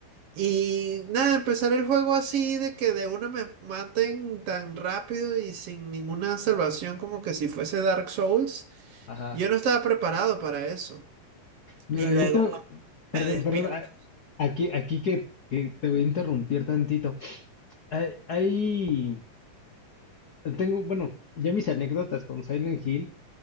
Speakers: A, on the right (about 60°); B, on the left (about 85°).
A: Y nada, empezar el juego así de que de una me maten tan rápido y sin ninguna salvación como que si fuese Dark Souls,
B: ajá.
A: yo no estaba preparado para eso.
B: Mira,
A: Y luego,
B: yo te-
A: bueno,
B: perdón,
A: me despierto.
B: perdón, a- aquí, aquí que, que te voy a interrumpir tantito. Hay, hay- tengo, bueno, ya mis anécdotas con Silent Hill.